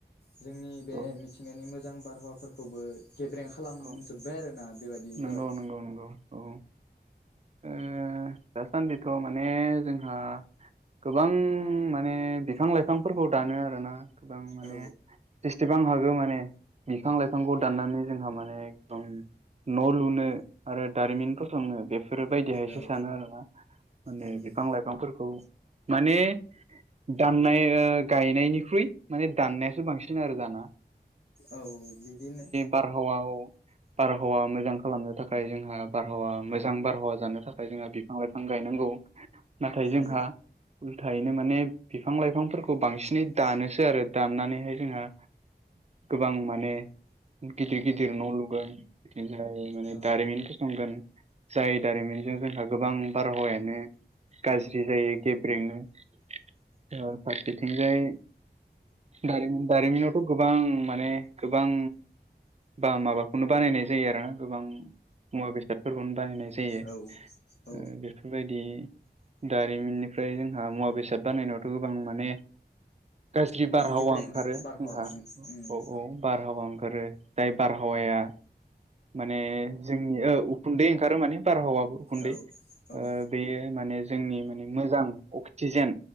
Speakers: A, on the left; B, on the right.
A: जोंनि बे
B: औ
A: मिथिंगानि मो मोजां बारहावाफोरखौबो। गेब्रें खालामजोब्बाय
B: औ
A: आरो ना बेबादि जाबाय।
B: नंगौ नंगौ नंगौ औ ओ दासान्दिथ' माने जोंहा गोबां माने बिफां लाइफांफोरखौ दानो आरोना। गोबां माने
A: औ
B: जसेबां हागौ माने बिफां लाइ। बिफांखौ दाननानै। जोंहा माने न' लुनो आरो दारिमिन फसंनो। बेफोरबायायदिहायसो
A: औ
B: सानो आरोना माने
A: औ
B: बिफां लाइफांफोरखौ। माने दाननाय ओ गायनायनिख्रुइ माने दाननायासो बांसिन आरो दाना।
A: औ औ बिदिनो।
B: बारहावा औ बारहावा मोजां खालामनो थाखाय जोंहा बारहावा। मोजां बारहावा जानो थाखाय जोंहा बिफां लाइफां गायनांगौ नाथाय जोंहा
A: औ
B: <unintelligible> थायैनो माने बिफां लाइफांफोरखौ बांसिनै दानोसो आरो दाननानैहाय जोंहा गोबां माने गिदिर गिदिर न' लुगोन ओमफाय माने
A: औ
B: दारिमिन फसंगोन जाय दारिमिनजों जोंहा गोबां बारहावायानो गाज्रि जायो गेब्रेंनो ओ फारसेथिंजाय दारिमिन दारिमिनावथ' गोबां माने गोबां बा माबाखौनो बानायनाय जायो आरोना गोबां मुवा बेसादफोरखौनो बानायनाय
A: औ औ
B: <unintelligible> बेफोरबायदि दारिमिननि <unintelligible> जोंहा मुवा बेसाद बानायनायावथ' गोबां माने गाज्रि बारहावा
A: गेब्रें
B: ओंखारो
A: बारहावाबो
B: जोंहा
A: उम
B: औ औ बारहावा ओंखारो जाय बारहावाया माने जोंनि ओ उखुन्दै ओंखारो माने बारहावा उखुन्दै
A: औ औ
B: ओ बेयो माने जोंनि माने मोजां अक्सिजेन